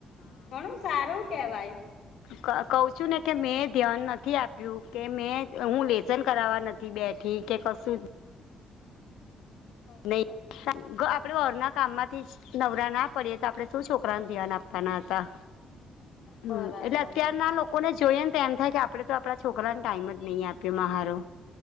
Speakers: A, on the left (about 70°); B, on the left (about 85°).
A: ઘણું સારું કેવાય.
B: ક કહું છું ને કે મેં ધ્યાન નથી આપ્યું કે મેં હું લેસન કરાવવા બેઠી કે કશું
A: બરાબર.
B: નહી <unintelligible> આપણે ઘરના કામમાંથી જ નવરા ના પડીએ તો આપણે શું છોકરાને ધ્યાન આપવાના હતા?
A: <inaudible>
B: હમ્મ
A: બરાબર.
B: એટલે અત્યાર ના કોને જોઈએને તો એમ થાય કે આપણેે તો આપણા છોકરાને ટાઈમ જ નહી આપ્યો મહારો.